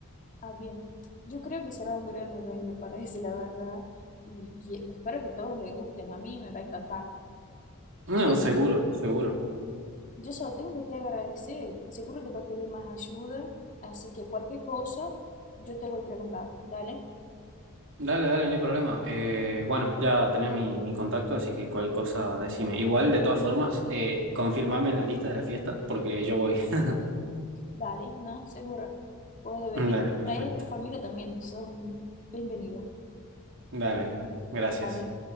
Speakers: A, on the left; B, on the right.
A: ah, bien. Yo creo que será un gran evento para <laughs> ese, la verdad y que- espero que todos les gusten. A mí me va a encantar.
B: No,
A: Y
B: seguro, seguro.
A: Yo solo tengo que te agradecer. Seguro te voy a pedir más ayuda, así que cualquier cosa yo te voy a preguntar. Dale,
B: Dale, dale, no hay problema. Eh, bueno, ya tenés mi, mi contacto, así que cualquier cosa decime. Igual, de todas formas, eh, confirmame en la lista de la fiesta porque yo voy. <laughs>
A: dale, no, seguro. Puedes venir
B: Dale,
A: y
B: perfecto.
A: traes tu familia también. Son bienvenidos.
B: Dale, gracias.
A: Dale.